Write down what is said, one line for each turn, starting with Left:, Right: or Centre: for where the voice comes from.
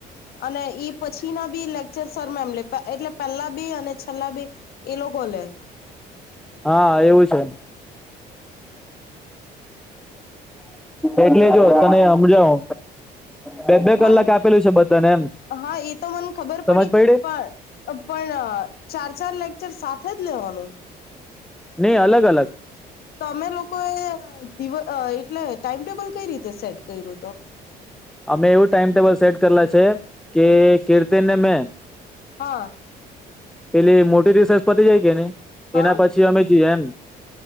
Left: અને ઈ પછી ના બી લેક્ચર સર મેમ લે એટલે પેલા બે અને છેલ્લા બે એ લોકો લેય.
Centre: હા એવું છે. એટલે જો
Left: હા
Centre: તને હમજાવ બે બે કલાક
Left: મન
Centre: આપેલું છે બધાને એમ
Left: હા એ તો મને ખબર
Centre: સમજ પડી?
Left: પણ પણ ચાર ચાર લેકચર સાથે જ લેવાનું?
Centre: નહી અલગ અલગ.
Left: તો અમે લોકોએ દિવ એટલે ટાઈમટેબલ કઈ રીતે સેટ કર્યું તો?
Centre: અમે એવું ટાઈમ ટેબલ સેટ કરેલા છે કે કીર્તિન ને મેં
Left: હા.
Centre: પેલી મોટી રિસેસ પતી જાય કે ની
Left: હા
Centre: એના પછી અમે જીએ એમ